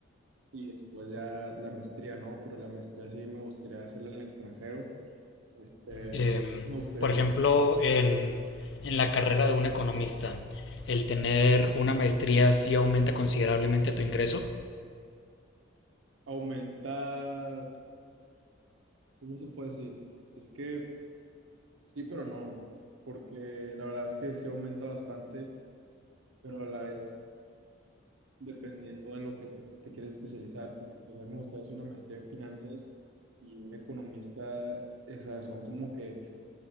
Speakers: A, on the right (about 80°); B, on the left (about 60°).
A: y después ya la maestría, ¿no? Pero la maestría sí me gustaría hacerla en el extranjero. Este,
B: Em,
A: me gustaría
B: por ejemplo,
A: que
B: en, en la carrera de un economista, el tener una maestría sí aumenta considerablemente tu ingreso.
A: aumenta, ¿cómo se puede decir? Es que sí, pero no, porque la verdad es que sí aumenta bastante, pero a la vez dependiendo de lo que te, te quieres especializar, porque pues, a mí me gustaría hacer una maestría en finanzas y un economista, esas son como que